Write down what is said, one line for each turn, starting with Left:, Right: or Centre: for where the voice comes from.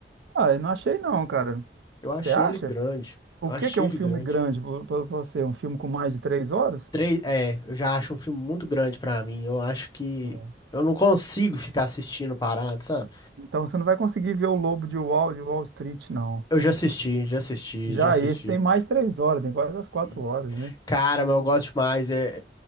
Right: Ah, eu não achei não, cara.
Left: Eu achei
Right: Você acha?
Left: ele grande.
Right: O
Left: Achei
Right: que que é um
Left: ele
Right: filme
Left: grande.
Right: grande para você? Um filme com mais de três horas?
Left: Três, é, eu já acho um filme muito grande pra mim. Eu acho que
Right: Hum.
Left: eu não consigo ficar assistindo parado, sabe?
Right: Então você não vai conseguir ver o Lobo de Wall, de Wall Street, não.
Left: Eu já assisti, já assisti,
Right: Já
Left: já assisti.
Right: esse tem mais três horas, tem quase as quatro
Left: Isso.
Right: horas, né?
Left: Cara, mas eu gosto demais. É,